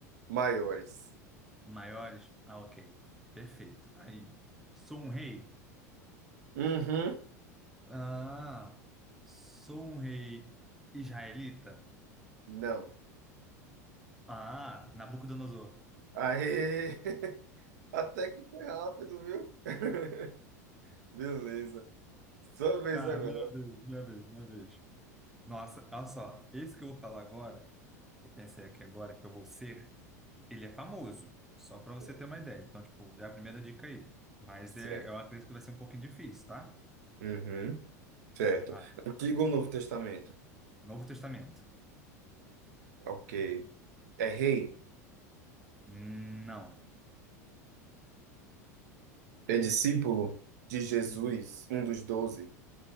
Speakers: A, on the right (about 70°); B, in the centre.
A: maiores.
B: Maiores? Ah, ok. Perfeito. Aí. Sou um rei?
A: Uhum,
B: Ah, sou um rei israelita?
A: não.
B: Ah, Nabucodonosor.
A: Aê! <laughs> Até que foi rápido, viu? <laughs> Beleza. Sua vez
B: Tá,
A: agora.
B: minha vez, minha vez, minha vez. Nossa, olha só, esse que eu vou falar agora, que eu pensei aqui agora que eu vou ser, ele é famoso, só para você
A: Certo.
B: ter uma ideia. Então, tipo, já é a primeira dica aí. Mas
A: Certo.
B: é, eu acredito que vai ser um pouquinho difícil, tá?
A: Uhum, certo.
B: Ah,
A: Antigo ou Novo Testamento?
B: Novo Testamento.
A: Ok. É rei?
B: Não.
A: É discípulo de Jesus,
B: Hum,
A: um dos doze,